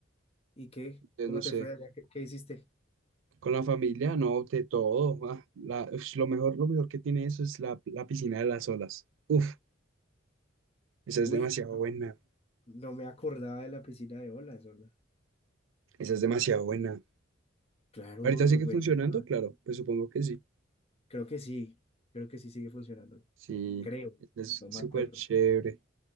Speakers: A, on the left; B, on the right.
A: ¿Y qué?
B: Entonces,
A: ¿Cómo
B: no sé,
A: te fue allá? ¿Qué, qué hiciste?
B: con la familia, no, de todo. ah, la- ush, lo mejor, lo mejor que tiene eso es la, la piscina de las olas. Uf, esa
A: Uy,
B: es demasiado buena,
A: no me acordaba de la piscina de olas, hola.
B: esa es demasiado buena.
A: Claro,
B: Ahorita sigue
A: buenísima.
B: funcionando, claro, pues supongo que sí.
A: Creo que sí, creo que sí sigue funcionando.
B: Sí,
A: Creo,
B: es
A: no
B: súper
A: me acuerdo.
B: chévere.